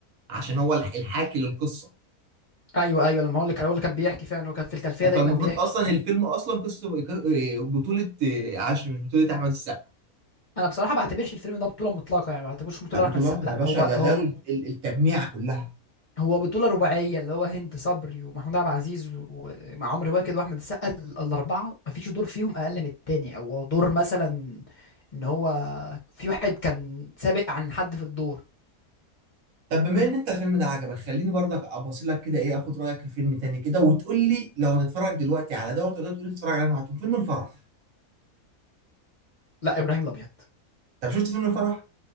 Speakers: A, on the right (about 70°); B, on the left (about 40°).
A: عشان هو الح- الحاكي للقصة
B: ايوه ايوه لما هو اللي كان هو اللي كان بيحكي فعلا هو كان في الخلفيه دايما
A: فالمفروض
B: بيحكي
A: اصلا الفيلم اصلا قصة بطولة عشر مش بطولة احمد السقا
B: انا بصراحه ما بعتبرش الفيلم ده بطوله مطلقه يعني ما بعتبرش بطوله
A: لا، بطولة
B: لاحمد السقا
A: يا
B: لا
A: باشا
B: هو
A: ده
B: هو
A: ده ال- ال- التجميع كلها
B: هو بطولة رباعية اللي هو هند صبري ومحمود عبد العزيز ومع عمرو واكد واحمد السقا ال- الأربعة مفيش دور فيهم أقل من التاني أو دور مثلا إن هو في واحد كان سابق عن حد في الدور
A: طب بما ان انت الفيلم ده عجبك خليني برضك ابص لك كده ايه اخد رايك في فيلم تاني كده وتقول لي لو هتتفرج دلوقتي على دوت ولا تقول لي تتفرج على واحد فيلم الفرح
B: لا إبراهيم الأبيض
A: طب شفت فيلم الفرح